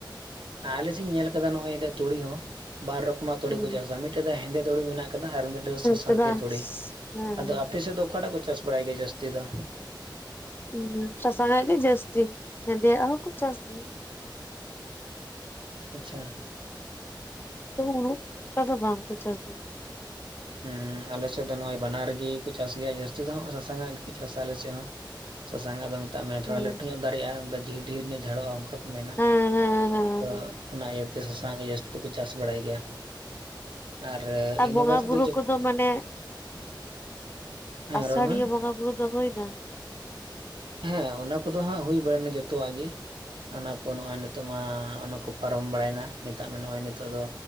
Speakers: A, on the right; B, on the left.
A: ᱟᱞᱮᱥᱮᱫ ᱤᱧ ᱧᱮᱞ ᱟᱠᱟᱫᱟ ᱱᱚᱜ-ᱚᱭ ᱮᱱᱛᱮ ᱛᱩᱲᱤ ᱦᱚᱸ ᱵᱟᱨ ᱨᱚᱠᱚᱢᱟᱜ ᱛᱩᱲᱤ
B: ᱦᱮᱸ
A: ᱠᱚ ᱪᱟᱥᱟ ᱢᱤᱫᱴᱮᱡ ᱫᱚ ᱦᱮᱸᱫᱮ ᱛᱩᱲᱤ ᱢᱮᱱᱟᱜ ᱠᱟᱫᱟ ᱟᱨ ᱢᱤᱫᱴᱟᱝ ᱫᱚ ᱥᱟᱥᱟᱝ
B: ᱫᱟᱫᱟ
A: ᱜᱮ ᱛᱷᱩᱲᱤ
B: ᱦᱮᱸ
A: ᱟᱫᱚ ᱟᱯᱮ ᱥᱮᱫ ᱫᱚ ᱚᱠᱟᱴᱟᱜ ᱠᱚ ᱪᱟᱥ ᱵᱟᱲᱟᱭ ᱜᱮᱭᱟ ᱡᱟᱹᱥᱛᱤ ᱫᱚ?
B: ᱦᱩᱸ ᱦᱩᱸ ᱥᱟᱥᱟᱝᱼᱟᱜ ᱜᱮ ᱡᱟᱹᱥᱛᱤ ᱦᱮᱸᱫᱮ ᱭᱟᱜ ᱦᱚᱸ ᱠᱚ ᱪᱟᱹᱥ ᱜᱮᱭᱟ᱾
A: ᱟᱪᱪᱷᱟ᱾
B: ᱛᱟᱣ ᱦᱩᱲᱩ ᱠᱚᱫᱚ ᱵᱟᱝ ᱠᱚ ᱪᱟᱥ ᱜᱮᱭᱟ᱾
A: ᱦᱮᱸ ᱟᱞᱮ ᱥᱮᱫ ᱫᱚ ᱱᱚᱜ-ᱚᱭ ᱵᱟᱱᱟᱨ ᱜᱮᱠᱚ ᱪᱟᱥ ᱜᱮᱭᱟ ᱡᱟᱹᱥᱛᱤ ᱫᱚ ᱦᱟᱸᱜ ᱥᱟᱥᱟᱝᱟᱜ ᱜᱮᱠᱚ ᱪᱟᱹᱥᱟ ᱟᱞᱮ ᱥᱮᱫ ᱦᱚᱸ᱾ ᱥᱟᱥᱟᱝᱟᱜ ᱢᱮᱛᱟᱜ ᱢᱮ ᱛᱷᱚᱲᱟ
B: ᱦᱮᱸ
A: ᱞᱟᱹᱴᱩ ᱧᱚᱜ ᱫᱟᱨᱮᱜᱼᱟ <unintelligible> ᱜᱷᱮᱨ ᱧᱚᱜ ᱡᱷᱟᱲᱚᱜᱼᱟ ᱠᱟ ᱠᱚ ᱢᱮᱱᱟ
B: ᱦᱮᱸ ᱦᱮᱸ ᱦᱮᱸ
A: ᱟᱫᱚ ᱚᱱᱟ ᱤᱭᱟᱹ ᱛᱮ ᱥᱟᱥᱟ ᱥᱟᱝ ᱜᱮ ᱡᱟᱹᱥᱛᱤ ᱫᱚᱠᱚ ᱪᱟᱥ ᱵᱟᱲᱟᱭ ᱜᱮᱭᱟ ᱟᱨ
B: ᱟᱨ
A: ᱤᱱᱟᱹ
B: ᱵᱚᱸᱜᱟ
A: ᱵᱟᱫᱽ
B: ᱵᱩᱨᱩ
A: ᱠᱟᱛᱮᱫ
B: ᱠᱚᱫᱚ ᱢᱟᱱᱮ,
A: ᱦᱮᱸ
B: ᱟᱥᱟᱲᱤᱭᱟᱹ
A: ᱨᱚᱲ ᱢᱮ
B: ᱵᱚᱸᱜᱟ ᱵᱩᱨᱩ ᱫᱚ ᱦᱩᱭ ᱮᱱᱟ?
A: ᱦᱮᱸ ᱚᱱᱟ ᱠᱚᱫᱚ ᱦᱟᱸᱜ ᱦᱩᱭ ᱵᱟᱲᱟᱭ ᱱᱟ ᱡᱚᱛᱚᱣᱟᱜ ᱜᱮ᱾ ᱟᱱᱟ ᱠᱚ ᱱᱚᱜ-ᱚᱭ ᱱᱤᱛᱚᱜ ᱢᱟ ᱚᱱᱟ ᱠᱚ ᱯᱟᱨᱚᱢ ᱵᱟᱲᱟᱭ ᱱᱟ ᱢᱮᱛᱟᱜ ᱢᱮ ᱱᱚᱜ-ᱚᱭ ᱱᱤᱛᱚᱜ ᱫᱚᱼᱼ